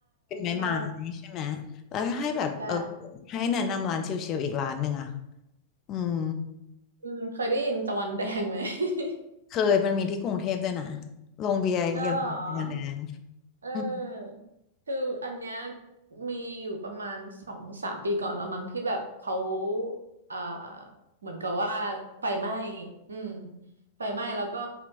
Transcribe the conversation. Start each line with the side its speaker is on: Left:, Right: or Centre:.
Left: เป็นไม้ไม้ใช่ไหมแล้วถ้าให้แบบเออ
Right: ใช่ใช่
Left: ให้แนะนำร้านชิลๆอีกร้านหนึ่งอะอืม
Right: อืมเคยได้ยินตะวันแดงไหม <laughs>
Left: เคยมันมีที่กรุงเทพด้วยนะโรงเบียร์เยอรมันแดง
Right: อ๋อ เออคืออันเนี้ย
Left: อืม
Right: มีอยู่ประมาณสองสามปีก่อนแล้วมั้งที่แบบเขาอ่าเหมือนกับว่าไฟไหม้อืมไฟไหม้แล้วก็